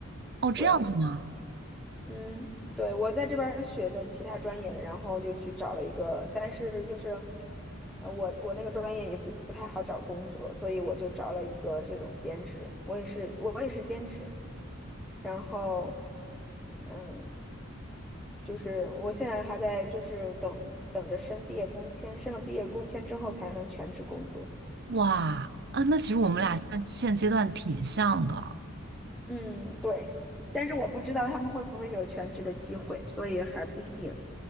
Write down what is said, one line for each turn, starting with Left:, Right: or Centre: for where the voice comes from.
Right: 哦，这样子吗？
Centre: 对，嗯，对，我在这边儿学的其他专业的，然后就去找了一个，但是就是，呃，我我那个专业也不不太好找工作，所以我就找了一个这种兼职，我也是我也是兼职，然后，嗯，就是我现在还在就是等等着申毕业工签，申了毕业工签之后才能全职工作。
Right: 哇，啊，那其实我们俩现在现阶段挺像的。
Centre: 嗯嗯，对，但是我不知道他们会不会有全职的机会，所以还不一定。